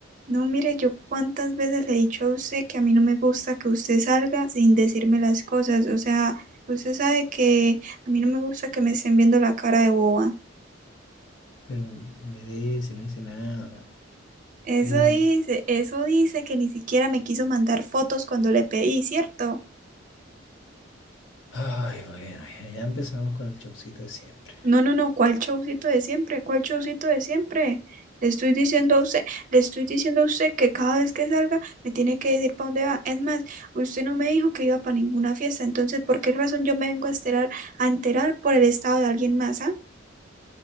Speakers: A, on the right; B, on the left.
A: No, mire, yo cuántas veces le he dicho a usted que a mí no me gusta que usted salga sin decirme las cosas. O sea, usted sabe que a mí no me gusta que me estén viendo la cara de boba.
B: Pero me ve, si no hice nada.
A: Eso
B: Tuve.
A: dice, eso dice que ni siquiera me quiso mandar fotos cuando le pedí, ¿cierto?
B: Ay, bueno, ya, ya empezamos con el showcito de siempre.
A: No, no, no, ¿cuál showcito de siempre? ¿Cuál showcito de siempre? Le estoy diciendo a usted, le estoy diciendo a usted que cada vez que salga me tiene que decir para dónde va. Es más, usted no me dijo que iba para ninguna fiesta, entonces, ¿por qué razón yo me vengo a enterar, a enterar por el estado de alguien más, ah?